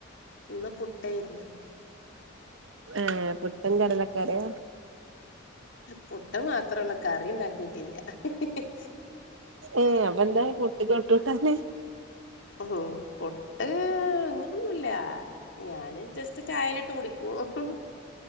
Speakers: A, on the left; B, on the right.
A: ഇന്ന് പുട്ടായിര്ന്ന്.
B: ആഹ് പുട്ടും കടലകറിം.
A: പുട്ട് മാത്രള്ളു കറിണ്ടാക്കിട്ടില്ല്യ ഹ് ഹ്.
B: ഏ അപ്പൊ എന്താ പുട്ട്ക്കൊട്ട് കൂട്ടാൻ.
A: ഉഹും പുട്ട് അങ്ങനൊന്നുല്ല. ഞാന് ജസ്റ്റ് ചായേലിട്ട് കുടിക്കും ഹ് ഹ്